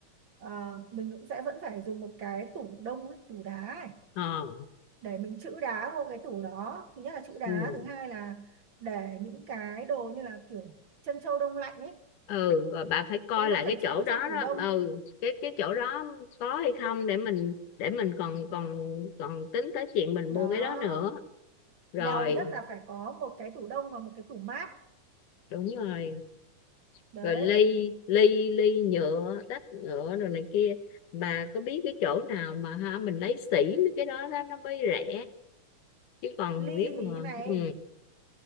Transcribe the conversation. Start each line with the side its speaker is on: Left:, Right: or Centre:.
Right: ờ, mình cũng sẽ vẫn phải dùng một cái tủ đông ấy, tủ đá ấy,
Left: ờ
Right: để mình trữ đá vô cái tủ đó thứ nhất là trữ đá
Left: ừ.
Right: thứ hai là để những cái đồ như là kiểu chân trâu đông lạnh ấy
Left: ừ rồi bà phải coi
Right: cũng vẫn
Left: lại
Right: phải
Left: cái chỗ
Right: trữ
Left: đó
Right: trong tủ
Left: đó
Right: đông
Left: ừ cái cái chỗ đó có hay không để mình để mình còn còn còn tính tới chuyện mình
Right: đó
Left: mua cái đó nữa rồi
Right: bèo nhất là phải có một cái tủ đông và một cái tủ mát
Left: đúng rồi
Right: đấy
Left: rồi ly ly ly nhựa tách nhựa rồi này kia bà có biết cái chỗ nào mà ha mình lấy sỉ mấy cái đó đó nó mới rẻ chứ còn
Right: ly
Left: nếu
Right: thì
Left: mà
Right: như này
Left: ừ,